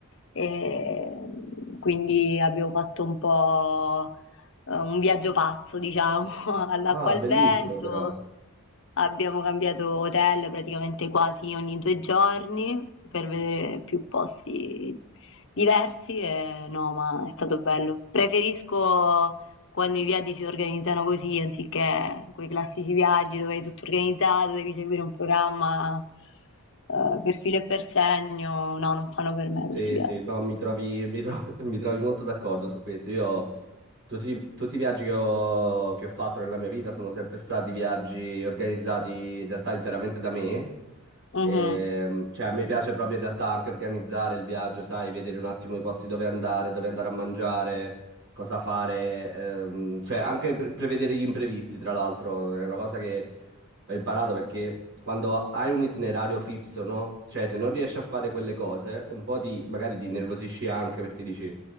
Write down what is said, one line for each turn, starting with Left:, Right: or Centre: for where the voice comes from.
Left: e quindi abbiamo fatto un po' eh, un viaggio pazzo, diciamo, <laughs> all'acqua
Right: Ah,
Left: e
Right: bellissimo
Left: al vento.
Right: però.
Left: Abbiamo cambiato hotel praticamente quasi ogni due giorni per vedere più posti diversi e no, ma è stato bello. Preferisco quando i viaggi si organizzano così, anziché quei classici viaggi dove hai tutto organizzato, devi seguire un programma eh, per filo e per segno, no, non fanno per me
Right: Sì,
Left: questi viaggi.
Right: sì, no, mi trovi, mi tro- <laughs> mi trovi molto d'accordo su questo. Io, tutti, tutti i viaggi che ho, che ho fatto nella mia vita sono sempre stati viaggi organizzati in realtà interamente da me. E,
Left: Mhm.
Right: cioè, a me piace proprio in realtà anche organizzare il viaggio, sai, vedere un attimo i posti dove andare, dove andare a mangiare, cosa fare, ehm, cioè anche pre- prevedere gli imprevisti, tra l'altro, è una cosa che Ho imparato perché quando hai un itinerario fisso, no? Cioè, se non riesci a fare quelle cose, un po' ti, magari ti nervosisci anche perché dici,